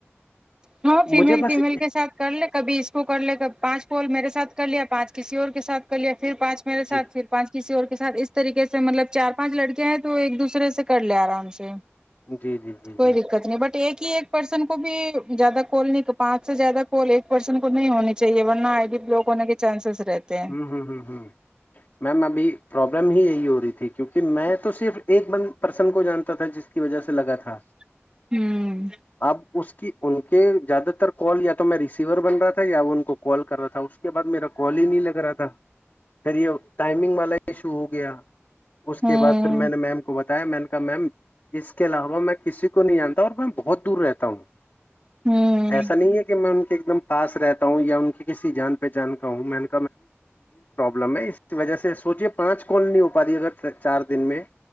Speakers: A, on the right; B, on the left.
A: ہاں فیمیل
B: مجھے بس
A: فیمیل کے سھ کر لے کبھی اس کو کر لے کب پانچ کال میرے سھ کر لیا پانچ کسی اور کے ساتھ کر لیا پھر پانچ میرے سات
B: جی
A: پھر پانچ کسی اور کے سھ اس اس طریقے سے مطلب چار پانچ لڑکے ہیں تو ایک دوسرے سے کر لے آرام سے
B: جی جی جی
A: کوئی
B: جی
A: دقت نہیں بٹ ایک ہی ایک پرسن کو بھی زیادہ کال نہیں پانچ سے زیادہ کال ایک پرسن کو نہیں ہونی چاہیے ورنہ آئی ڈی بلاک ہونے کے چانسز رہتے ہیں
B: ہوں ہوں ہوں ہوں میم ابھی پروابلم ہی یہی ہو رہی تھی کیونکہ میں تو صرف ایک ب پرسن کو جانتا تھا جس کی وجہ سے لگا تھا
A: ہوں
B: اب اس کی ان کے زیادہ تر کال یا تو میں ریسیور بن رہا تھا یا وہ ان کو کال کر رہا تھا اس کے بعد میرا کال ہی نہیں لگا تھا ت ٹائمنگ م ای شو ہو گیا اس کے
A: ہ
B: بعد پھر میں نے میم کو بتایا میں نے کہا میم اس کے علاوہ میں کسی کو نہیں آتا اور میں بہت دور رہتا ہوں
A: ہ ہ
B: ایسا نہیں ہے کہ میں ان کو ایک دم پاس رہتا ہوں یا ان کی کسی جان پہچان کاا ہوں میں نے لم ہے اس کی وجہ سے اس سوچے پانچ کوال نہیں ہو پا رہی ہے اگر چار دن میں